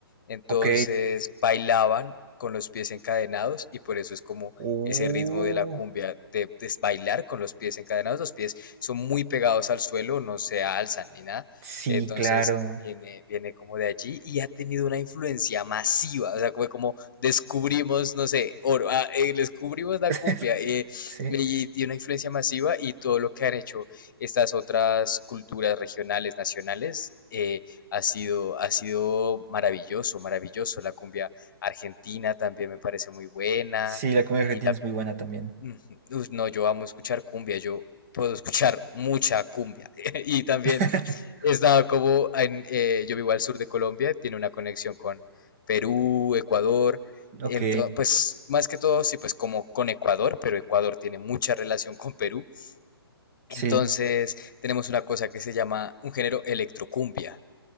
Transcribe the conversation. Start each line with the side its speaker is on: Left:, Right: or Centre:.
Left: Entonces
Right: Ok.
Left: bailaban con los pies encadenados y por eso es como
Right: Uh,
Left: ese ritmo de la cumbia de, de bailar con los pies encadenados. Los pies son muy pegados al suelo, no se alzan ni nada.
Right: sí,
Left: Entonces,
Right: claro.
Left: viene, viene como de allí y ha tenido una influencia masiva, o sea, como, como descubrimos, no sé, oro, ah, eh, descubrimos la
Right: <laughs>
Left: cumbia eh,
Right: Sí.
Left: y, y una influencia masiva y todo lo que han hecho estas otras culturas regionales, nacionales, eh, ha sido, ha sido maravilloso, maravilloso. La cumbia argentina también me parece muy buena
Right: Sí, la comida argentina
Left: y la
Right: es muy buena también.
Left: <laughs> Ujú. Uy, no, yo amo escuchar cumbia, yo puedo escuchar mucha cumbia. <laughs> Y también
Right: <laughs>
Left: he estado como en, eh, yo vivo al sur de Colombia, tiene una conexión con Perú, Ecuador. Entonces,
Right: Ok,
Left: pues más que todo, sí, pues como con Ecuador, pero Ecuador tiene mucha relación con Perú.
Right: sí.
Left: Entonces, tenemos una cosa que se llama un género electrocumbia.